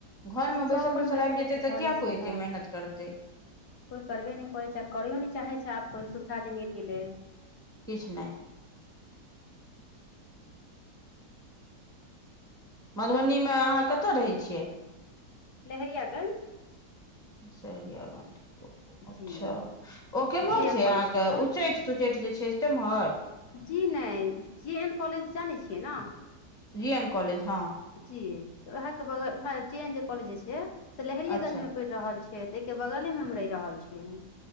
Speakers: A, in the centre; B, on the left (about 70°).
A: घरमे
B: सब
A: बैसल
B: अपन
A: बैसल आबि जेतै
B: घरमे
A: तऽ कििया
B: सुविधा
A: कोइ एतै मेहनत करतै
B: कोइ करबे नहि करै छै आ करैो नहि चाहे छै आब कोइ सुविधा जे मिल गेलै
A: किछु नहि मधुबनीमे अहाँ कतय रहै छियै
B: लहरियाागं्ज
A: सहरिया गंज अच्छा
B: जी
A: ओ केम्हर
B: जे एन
A: छै
B: कॉलेज
A: अहाँके
B: के पास
A: उच्चैठ सुचैठ जे छै से तेम्हर
B: जी नहि जे एन कॉलेज जानै छियै ने
A: जी एन कॉलेज हँ
B: जी वएह के बगलह जे एन जे कॉलेज जे छै से लहेरियेगंज
A: अच्छा
B: मे रहल छै तहि के बगले मे हम रहि रहल छीियै